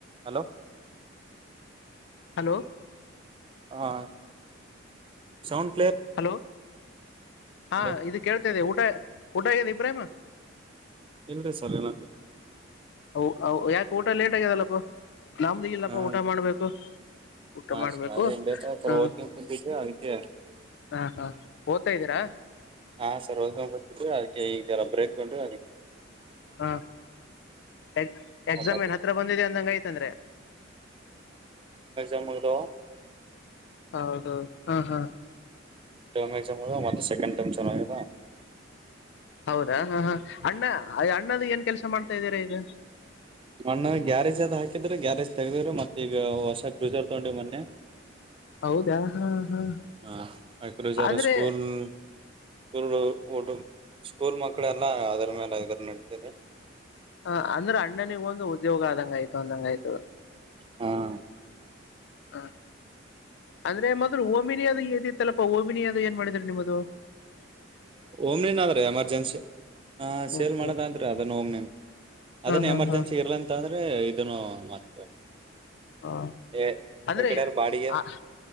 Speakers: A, on the right (about 25°); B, on the left (about 60°).
A: Hello
B: hello
A: ಹಾ sound
B: hello ಹಾ
A: hello
B: ಇದು ಕೇಳ್ತದೆ ಊಟ ಊ ಊಟಾಗ ದ ಪ್ರ್ರೇಮ
A: ಎಲ್ಲ್ರ ಸಲನಾ
B: ಹ ಯಾಕ ಊಟ ಲೇಟ್ ಆಗ್ಯದಲ್ಲಪ್ಪ ನಮ್ದ ಇಲ್ಲಪ್ಪ
A: ಹಾ
B: ಊಟ ಮಾಡ್ಬೇಕು ಊಟ
A: ಹಾ
B: ಮಾಡ್ಬೇಕು
A: ಸರ್ ಅದೇ ಬ ಸರ್
B: ಹ
A: ಹದ್ಕ ಕುತಿದ್ವಿ ಅದಕ್ಕೆ
B: ಹಾ ಹಾ ಓದ್ತಾ ಇದ್ದೀರಾ
A: ಹ ಸರ್ ಹದ್ಕ ಕುತಿದ್ವಿ ಅದಕ್ಕೆ ಈ ತರ ಬ್ರೇಕ್ ತಗೊಂಡು
B: ಹಾ ಎ ಎಕ್ಸಾಮ್
A: ಒಂಬತ್ತು
B: ಏನ್ ಹತ್ರ ಬಂದಿದೆ ಅಂದಂಗ ಯ್ತಂದ್ರೆ
A: ಮ
B: ಹೌದು ಹಾ ಹಾ
A: ಟರ್ಮ್ ಮತ್ತೆ ಸೆಕಂಡ್ ಟೈಮ ಚೆನ್ನಾಗ
B: ಹೌದಾ ಹಾ ಹಾ ಅಣ್ಣ ಅಣ್ಣದ ಏನ್ ಕೆಲ್ಸ ಮಾಡ್ತಾ ಇದ್ದೀರಾ ಈಗ
A: ಮಣ್ಣ ಗ್ಯಾರೇಜ್ ಅದ್ ಹಾಕಿದ್ರೆ ಗ್ಯಾರೇಜ್ ತೆಗ್ದವ್ರೀ ಮತ್ತ ಈಗ ಹೊಸ ಕ್ರೂಸರ್ ತಗೊಂಡಿವ ಮೊನ್ನೆ
B: ಹೌದಾ ಹಾ ಹಾ
A: ಹ ಆಕಜಾರ
B: ಅಂದ್ರೆ
A: ಸ್ಕೂಲ್ ಸ್ಕೂ ಒಡು ಸ್ಕೂಲ್ ಮಕ್ಳ ಎಲ್ಲಾ ಅದರ ಮೇಲೆ ಇದ್ರ ನಡತರಿ
B: ಹ ಅಂದ್ರೆ ಅಣ್ಣನಿಗ ಒಂದು ಉದ್ಯೋಗ ಆದಂಗ ಆಯ್ತು ಅಂದಂಗ ಆಯ್ತು
A: ಹಾ <inaudible>
B: ಹಾ ಅಂದ್ರೆ ಮೊದ್ಲು ಓಮಿನಿ ಅದು ಏದ ಇತ್ತಲ್ಲಪ್ಪಾ ಓಬಿನಿ ಅದು ಏನ್ ಮಾಡಿದ್ರಾರೆ ನಿಮ್ಮ್ದದು
A: ಓಮ್ನೇನ ಆದ್ರೆ ಎಮರ್ಜೆನ್ಸಿ ಹ ಸೇಲ್
B: ಓಕೆ
A: ಮಾಡೋದಾದ್ರೆ ಅದನ್ನ ಓಮ್ನೇನ್
B: ಹಾ
A: ಅದನ್ನ
B: ಹಾ
A: ಎಮರ್ಜೆನ್ಸಿ
B: ಹಾ
A: ಇರಲಂತಂದ್ರೆ ಇದನ್ನು ಮತ್ತ
B: ಹ
A: ಎ
B: ಅಂದ್ರೆ
A: ಎಕಡೆರ ಬಾಡಿಗೆ
B: ಆ